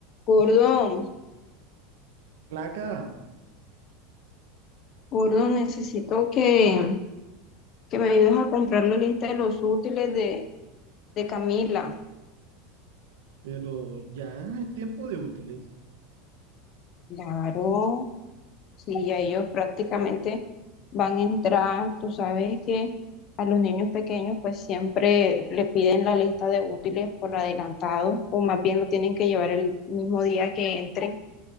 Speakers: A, on the left; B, on the right.
A: Gordo,
B: Placa,
A: gordo, necesito que, que me ayudes a comprar la lista de los útiles de, de Camila.
B: pero ya es tiempo de útiles.
A: Claro, sí, ya ellos prácticamente van a entrar. Tú sabes que a los niños pequeños pues siempre le piden la lista de útiles por adelantado o más bien lo tienen que llevar el mismo día que entren